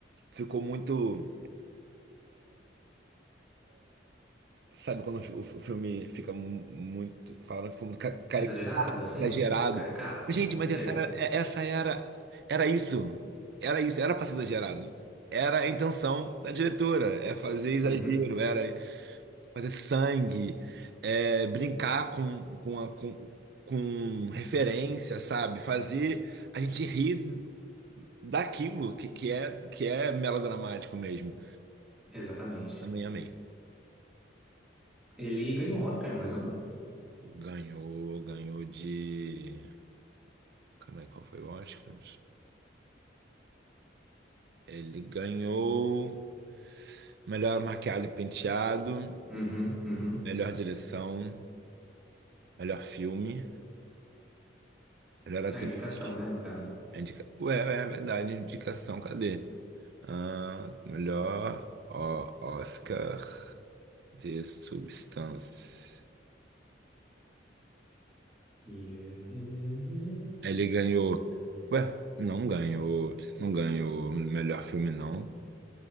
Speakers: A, on the right; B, in the centre.
A: ficou muito, sabe quando o, fi- o filme fica mu- muito, falando que foi muito ca- caricato,
B: Exagerado, assim?
A: exagerado.
B: Caricato?
A: Gente, mas
B: Sei.
A: essa era, é- essa era, era isso, era isso, era pra ser exagerado. Era a intenção da diretora, é fazer exagero,
B: Uhum.
A: era, fazer sangue, é, brincar com, com, a- com, com referência, sabe? Fazer a gente rir daquilo que, que é que é melodramático mesmo.
B: Exatamente.
A: Também amei.
B: Ele ganhou o Oscar, não ganhou?
A: Ganhou, ganhou de. Calma aí, qual foi o Oscar? Ele ganhou melhor maquiagem e penteado,
B: Uhum. Uhum.
A: melhor direção, melhor filme, melhor atriz.
B: A indicação, né, no caso.
A: É indica- Ué, é verdade, indicação, cadê? Ah, melhor ó, Oscar de substância.
B: Yeah.
A: Ele ganhou. Ué, não ganhou. Não ganhou melhor filme, não.